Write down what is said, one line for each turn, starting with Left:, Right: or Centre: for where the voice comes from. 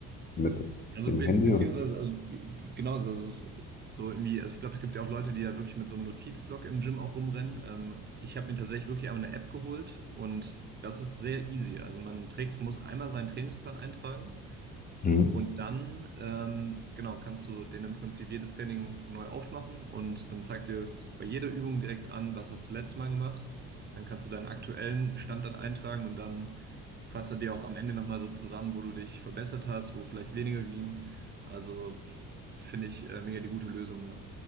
Left: Mit
Right: Also
Left: dem
Right: be
Left: Handy
Right: beziehungsweise,
Left: oder?
Right: also wie- genau, also es ist so irgendwie, also ich glaube, es gibt ja auch Leute, die ja wirklich mit so einem Notizblock im Gym auch rumrennen. Ähm, ich habe mir tatsächlich wirklich einmal eine App geholt und das ist sehr easy. Also man trägt, muss einmal seinen Trainingsplan eintragen.
Left: Mhm.
Right: Und dann, ähm, genau, kannst du den im Prinzip jedes Training neu aufmachen und dann zeigt dir es bei jeder Übung direkt an, was hast du letztes Mal gemacht. Dann kannst du deinen aktuellen Stand dann eintragen und dann fasst er dir auch am Ende nochmal so zusammen, wo du dich verbessert hast, wo vielleicht weniger ging. Also f- finde ich äh, mega die gute Lösung, ja.